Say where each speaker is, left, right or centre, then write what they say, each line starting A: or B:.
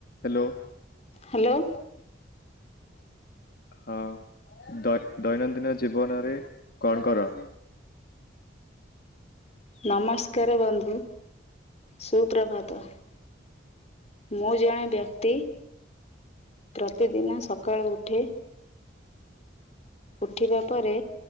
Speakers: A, on the left; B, on the left.
A: ହାଲୋ।
B: ହାଲୋ।
A: ହଁ ଦୈ-ଦୈନନ୍ଦିନ ଜୀବନରେ କଣ କର?
B: ନମସ୍କାରେ ବନ୍ଧୁ ସୁପ୍ରଭାତ। ମୁଁ ଜଣେ ବ୍ୟକ୍ତି ପ୍ରତିଦିନ ସକାଳୁ ଉଠେ। ଉଠିବା ପରେ